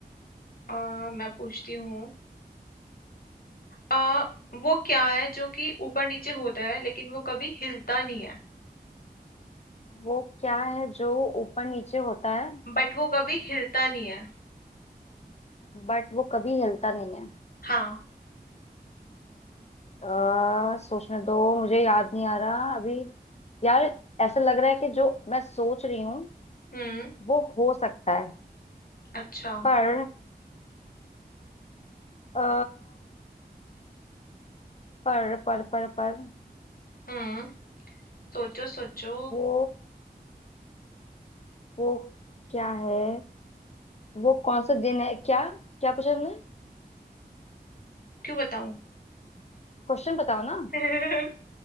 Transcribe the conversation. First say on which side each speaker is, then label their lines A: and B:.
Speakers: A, on the left; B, on the left.
A: अ, मैं पूछती हूँ अ वो क्या है जो कि ऊपर नीचे होता है लेकिन वो कभी हिलता नहीं है
B: वो क्या है जो ऊपर नीचे होता है
A: बट वो कभी हिलता नहीं है
B: बट वो कभी हिलता नहीं है
A: हाँ
B: अ, सोचने दो मुझे याद नहीं आ रहा अभी यार ऐसा लग रहा है कि जो मैं सोच रही हूँ
A: हम्म
B: वो हो सकता है
A: अच्छा
B: पर अ, पर पर पर पर
A: हम्म सोचो सोचो
B: वो वो क्या है वो कौन सा दिन है क्या क्या पूछा तुमने
A: क्यों बताऊं
B: क्वेश्चन बताओ ना
A: <laughs>